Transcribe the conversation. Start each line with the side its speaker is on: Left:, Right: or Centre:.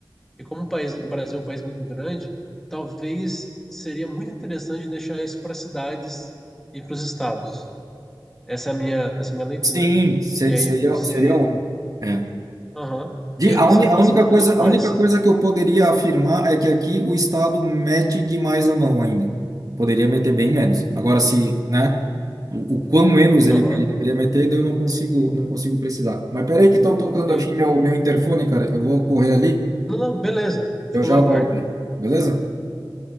Centre: E como o, país, o Brasil é um país muito grande, talvez seria muito interessante deixar isso para cidades e para os estados. Essa é a minha, essa é a minha leitura.
Right: Sim, ser-
Centre: Que aí
Right: seria,
Centre: você.
Right: seria um. É.
Centre: Aham.
Right: De,
Centre: Que aí
Right: a,
Centre: você
Right: uni-
Centre: facilita
Right: a única coisa,
Centre: muito mais.
Right: a única coisa que eu poderia afirmar é que aqui o Estado mete demais a mão ainda. Poderia meter bem menos. Agora, se, né? O, o quão menos ele,
Centre: Aham.
Right: ele deveria meter, daí eu não consigo, não consigo precisar. Mas peraí que estão tocando
Centre: Sim.
Right: aqui meu, meu interfone, cara. Eu vou correr ali.
Centre: Não, não, beleza. Fico
Right: Eu já
Centre: no aguardo.
Right: voltei. Beleza?